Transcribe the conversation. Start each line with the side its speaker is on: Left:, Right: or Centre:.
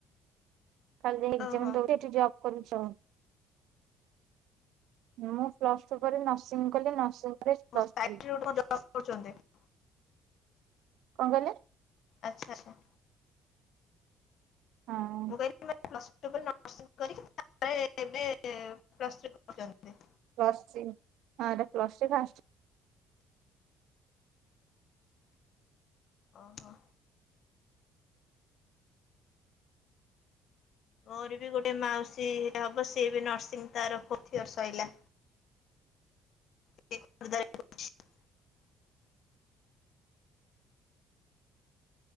Right: କାଲି ଏକ୍ଜାମ
Left: ଓହୋ
Right: ଦଉଚି ଯେ ଏଠୁ ଜବ୍‌ କରୁଛ। ମୁଁ ପ୍ଲସ ଟୁ ପରେ ନର୍ସିଂ କଲି ନର୍ସିଂ ପରେ ପ୍ଲସ
Left: ମୋ ସାଇଟ
Right: ଥ୍ରୀ
Left: ରୁ <unintelligible>
Right: କଣ କହିଲେ?
Left: ଆଚ୍ଛା ଆଚ୍ଛା।
Right: ହଁ
Left: ମୁଁ <unintelligible> ପ୍ଲସ୍ ଟୁ ପରେ ନର୍ସିଂ କରିକି ତାପରେ ଏବେ ପ୍ଲସ୍ ଥ୍ରୀ କରୁଛନ୍ତି।
Right: ପ୍ଲସ୍ ଥ୍ରୀ ହଁ ଏଟା ପ୍ଲସ୍ ଥ୍ରୀ ଫାଷ୍ଟ
Left: ଓହୋ। ମୋର ବି ଗୋଟେ ମାଉସୀ ହବ ସିଏ ବି ନର୍ସିଂ ତାର ପୋଥିଅର ସଇଲା। <unintelligible>